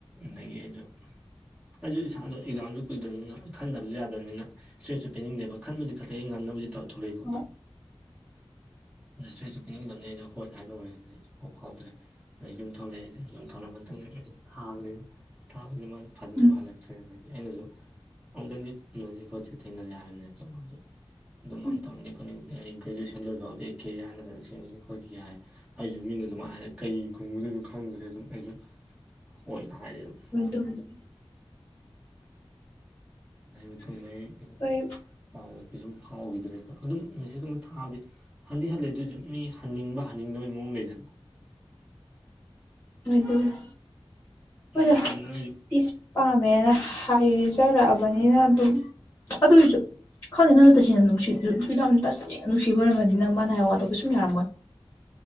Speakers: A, on the right; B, on the left.
A: ꯑꯗꯒꯤ ꯑꯩꯁꯨ ꯑꯩꯁꯨ ꯏꯁꯥꯗꯣ ꯑꯦꯛꯖꯥꯝꯁꯨ ꯀꯨꯏꯗꯕꯅꯤꯅ ꯈꯟꯗꯕꯁꯨ ꯌꯥꯗꯕꯅꯤꯅ ꯁ꯭ꯔꯦꯠꯁꯨ ꯄꯦꯟꯅꯤꯡꯗꯦꯕ ꯈꯟꯕꯨꯗꯤ ꯈꯜꯂꯦ ꯑꯩ ꯉꯝꯅꯕꯗꯤ ꯇꯧꯔꯥ ꯊꯣꯛꯂꯛꯏꯀꯣ
B: ꯍꯣꯏ
A: ꯏꯁ꯭ꯔꯦꯠꯁꯨ ꯄꯤꯅꯤꯡꯗꯅꯤ ꯑꯩꯅ ꯍꯣꯏ ꯍꯥꯏꯗꯣꯛꯎꯔꯦ ꯑꯩꯗꯩ ꯐꯥꯎ ꯐꯥꯎꯗ꯭ꯔꯦ ꯑꯗꯩ ꯌꯨꯝ ꯊꯣꯛꯂꯛꯑꯦ ꯑꯩꯁꯦ ꯌꯨꯝ ꯊꯣꯛꯂꯛꯑ ꯃꯇꯨꯡꯗꯒꯤ ꯊꯥꯕꯅꯤ ꯊꯥꯕꯁꯤ ꯃꯥ ꯐꯥꯖꯟꯕ
B: ꯎꯝ
A: ꯍꯜꯂꯛꯇ꯭ꯔꯦ ꯑꯗꯒꯤ ꯑꯩꯅꯁꯨ ꯑꯃꯨꯛꯇꯪꯅꯤ ꯎꯅꯁ ꯈꯣꯠꯁ ꯊꯦꯡꯅꯖꯦ ꯍꯥꯏꯔꯕꯅꯦ ꯑꯗ ꯃꯥꯁꯨ ꯑꯗꯨꯝ
B: ꯎꯝ
A: ꯎꯅꯤꯡꯗꯦ ꯑꯩ ꯒ꯭ꯔꯦꯖꯨꯑꯦꯁꯟ ꯂꯣꯏꯕꯥ ꯐꯥꯎꯗꯤ ꯑꯩ ꯀꯦꯌꯥ ꯍꯥꯟꯅ ꯐꯖꯅ ꯁꯦꯝꯈꯤꯒꯦ ꯈꯣꯠꯀꯦ ꯍꯥꯏ ꯑꯩꯁꯨ ꯃꯤꯅ ꯑꯗꯨꯃꯥꯏꯅ ꯍꯥꯏꯔꯦ ꯀꯩ ꯈꯨꯡꯒꯗꯨꯅꯣ ꯈꯪꯗ꯭ꯔꯦ ꯑꯗꯨꯝ ꯑꯩꯁꯨ ꯍꯣꯏ ꯍꯥꯏꯔꯦ ꯑꯗꯨꯝ
B: ꯑꯗꯨꯕꯨꯗꯤ
A: ꯑꯗꯩ ꯃꯇꯨꯡꯗꯩ ꯑꯩ
B: ꯍꯣꯏ
A: ꯄꯥꯎ ꯀꯩꯁꯨꯝ ꯐꯥꯎꯈꯤꯗ꯭ꯔꯦ ꯑꯗꯣ ꯑꯗꯨꯝ ꯃꯦꯁꯦꯖꯀꯨꯝ ꯊꯥꯕꯗꯤ ꯍꯟꯗꯤ ꯍꯜꯂꯥꯛꯑꯦ ꯑꯗꯨꯏꯁꯨ ꯃꯤ ꯍꯟꯅꯤꯡꯕ ꯍꯟꯅꯤꯡꯗꯕꯒꯤ ꯃꯑꯣꯡ ꯂꯩꯗꯅ
B: <unintelligible> ꯍꯤꯏꯗ
A: ꯑꯗꯨ ꯇꯟꯗꯅ ꯑꯩ
B: ꯄꯤꯁ ꯄꯥꯝꯃꯦ ꯍꯦꯔꯥ ꯍꯥꯏꯖꯔꯛꯑꯕꯅꯤꯅ ꯑꯗꯨꯝ ꯑꯗꯨꯏꯁꯨ ꯈꯪꯗꯦ ꯅꯪꯅ ꯇꯁꯦꯡꯅ ꯅꯨꯡꯁꯤ ꯅꯨꯄꯤꯗꯣ ꯌꯥꯝ ꯇꯁꯦꯡꯅ ꯅꯨꯡꯁꯤꯕ ꯑꯣꯏꯝꯃꯗꯤ ꯅꯪ ꯃꯥꯅꯥ ꯍꯥꯏꯕ ꯋꯥꯗꯣ ꯀꯩꯁꯨꯝ ꯌꯥꯔꯝꯃꯣꯏ